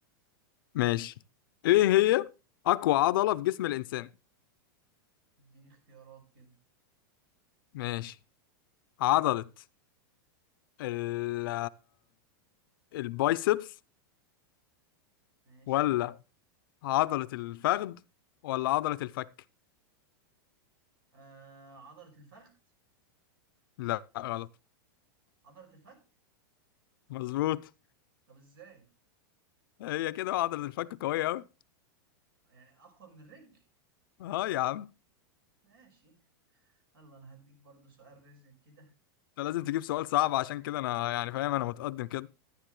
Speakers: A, on the left; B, on the right.
A: ماشي إيه هي أقوى عضلة في جسم الإنسان
B: اديني اختيارات كده
A: ماشي عضلة ال... البايسبس
B: ماشي
A: ولا عضلة الفخذ ولا عضلة الفك
B: آه عضلة الفخذ
A: لا غلط
B: عضلة الفك
A: مظبوط
B: طب ازاي
A: هي كده عضلة الفك قوية أوي
B: يعني اقوى من الرجل
A: أه يا عم
B: ماشي يلا انا هديك برضو سؤال رزق كده
A: أنت لازم تجيب سؤال صعب عشان كده أنا يعني فاهم أنا متقدم كده